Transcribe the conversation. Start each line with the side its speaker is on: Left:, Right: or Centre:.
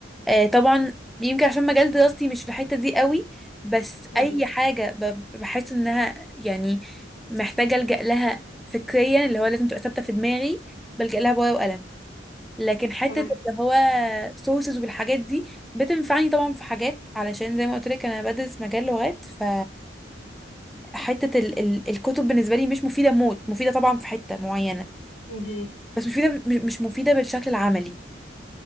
Centre: آه، طبعا يمكن عشان مجال دراستي مش في الحتة دي قوي بس
Left: مهو.
Centre: اي حاجة ب- بحس انها يعني محتاجة الجأ لها فكريا اللي هو لازم تبقى ثابتة في دماغي بلجأ لها بورقة وقلم لكن حتة
Left: تمام
Centre: اللي هو سورسز والحاجات دي بتنفعني طبعا في حاجات علشان زي ما قلت لك انا بدرس مجال لغات ف حتة ال ال الكتب بالنسبة لي مش مفيدة موت مفيدة طبعا في حتة معينة
Left: مهو.
Centre: بس مش مفيدة مش مش مفيدة بالشكل العملي